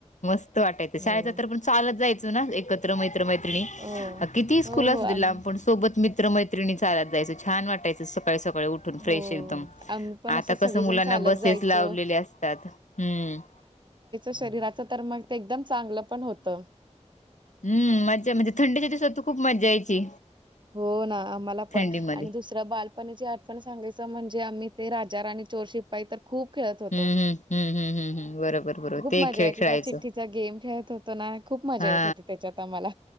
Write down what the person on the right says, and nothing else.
हो,
हो,
हो,
हो आम
हो
आम्ही पण
असं सगळेजण
चालत
जायचो.
शरीराच तर मग, ते एकदम चांगलं पण होत.
हो ना. आम्हाला पण
आणि दुस र बालपणीची आठवण सांगायचं. म्हणजे आम्ही ते राजा रााणी चोर शिपपाय तर खूप खेळत होतो.
खूप
मजा
यायची.
त्या चिठ्ठीचा गेम खेळत होतो ना. खूप मजा
येत होती त्याच्यात आम्हाला.